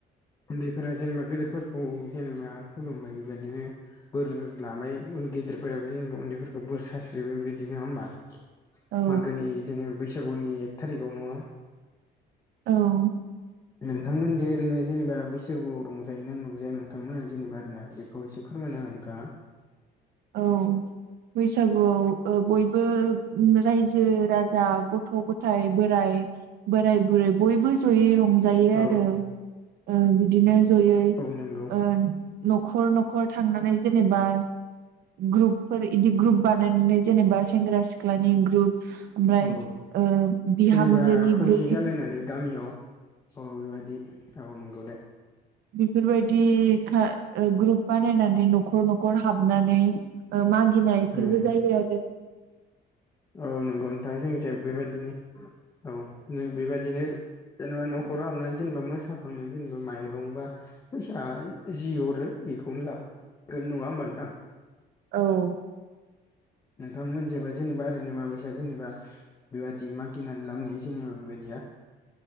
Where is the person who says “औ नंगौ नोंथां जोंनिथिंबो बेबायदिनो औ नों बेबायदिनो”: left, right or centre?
Left